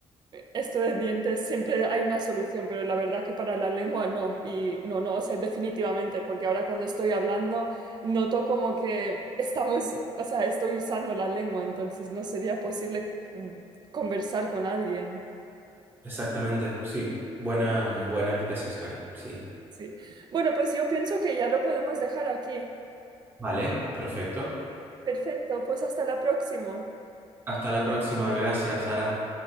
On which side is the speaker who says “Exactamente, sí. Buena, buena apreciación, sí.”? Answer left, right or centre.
Right